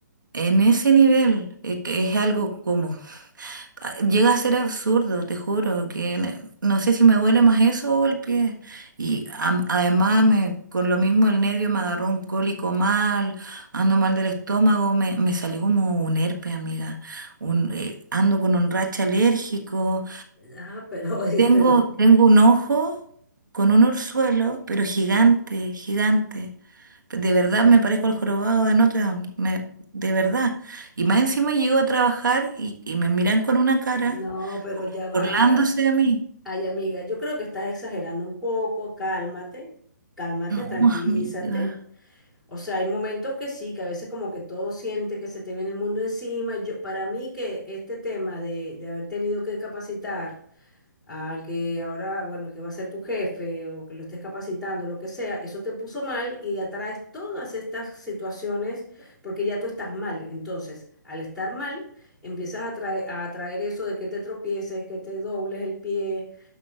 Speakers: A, on the right; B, in the centre.
A: en ese nivel, eh, que es algo como... ah, Llega a ser absurdo, te juro, que n- no sé si me duele más eso o el pie. Y am- además, me, con lo mismo el nervio me agarró un cólico mal, ando mal del estómago, me, me salió como un herpes, amiga. Un, eh, ando con un racha alérgico.
B: Ah, pero, <laughs> oye,
A: Tengo,
B: pero es que-
A: tengo un ojo con un orzuelo, pero gigante, gigante. De verdad me parezco al jorobado de Notre Dame, me- de verdad. Y más encima llego a trabajar y, y me miran con una cara,
B: No, pero
A: como
B: ya va.
A: burlándose
B: Para...
A: de mí.
B: Ay, amiga, yo creo que estás exagerando un poco. Cálmate, cálmate,
A: No,
B: tranquilízate.
A: amiga.
B: O sea, hay momentos que sí, que a veces como que todo siente que se te viene el mundo encima. y Yo, para mí que este tema de, de haber tenido que capacitar al que ahora, bueno, el que va a ser tu jefe o que lo estés capacitando, lo que sea, eso te puso mal y atraes todas estas situaciones porque ya tú estás mal. Entonces, al estar mal, empiezas a atraer, a atraer eso de que te tropieces, que te dobles el pie,